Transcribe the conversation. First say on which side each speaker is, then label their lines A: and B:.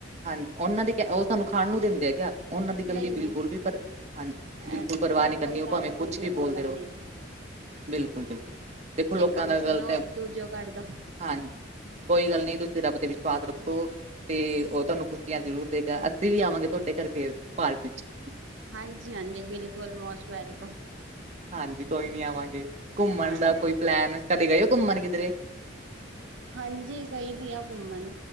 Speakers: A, on the right (about 35°); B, on the right (about 80°).
A: ਹਾਂਜੀ, ਓਨਾਂ ਦੀ ਕਿ ਉਹ ਤੁਹਾਨੂੰ ਖਾਣ ਨੂੰ ਦਿੰਦੇ ਐ ਕਿਆ ਓਨਾਂ ਦੀ
B: ਨਹੀਂ
A: ਗੱਲਦੀ
B: ਨਹੀਂ
A: ਬਿਲਕੁੱਲ ਵੀ, ਪਰਵਾਹ ਹਾਂਜੀ, ਬਿਲਕੁੱਲ
B: ਇਹ
A: ਪਰਵਾਹ
B: ਲੋਕਾਂ
A: ਨੀ ਕਰਨੀ
B: ਦੀ
A: ਓ
B: ਤਾਂ
A: ਭਾਵੇਂ,
B: ਆਦਤ
A: ਕੁੱਛ
B: ਹੁੰਦੀ
A: ਵੀ
B: ਹੈ
A: ਬੋਲਦੇ
B: ਬੋਲਣ
A: ਰਹੋ
B: ਦੀ
A: ਬਿਲਕੁੱਲ-ਬਿਲਕੁੱਲ ਦੇਖੋ ਲੋਕਾਂ
B: ਇੱਕ ਕੰਨ
A: ਦਾ,
B: ਸੁਣੋ
A: ਗਲ ਐ
B: ਦੂਜੋ ਕੱਢ ਦੋ
A: ਹਾਂਜੀ ਕੋਈ ਗੱਲ ਨਈ, ਤੁਸੀਂ ਰੱਬ ਤੇ ਵਿਸ਼ਵਾਸ ਰੱਖੋ ਤੇ ਓ ਤੁਹਾਨੂੰ, ਖੁਸ਼ੀਆਂ ਜ਼ਰੂਰ ਦੇਵੇਗਾ, ਅਸੀਂ ਵੀ ਆਵਾਂਗੇ ਤੁਹਾਡੇ ਘਰ, ਫਿਰ ਪਾਰਟੀ ਚ
B: ਹਾਂਜੀ-ਹਾਂਜੀ ਬਿਲਕੁੱਲ, ਮੋਸਟ ਵੈਲਕਮ
A: ਹਾਂਜੀ, ਕੋਈ ਨੀ ਆਵਾਂਗੇ, ਘੁੰਮਣ
B: ਹਾਂਜੀ
A: ਦਾ ਕੋਈ ਪਲੈਨ ਕਦੇ ਗਏ ਓ, ਘੁੰਮਣ ਕਿਧਰੇ?
B: ਹਾਂਜੀ ਗਈ ਦੀ ਆ ਘੁੰਮਣ,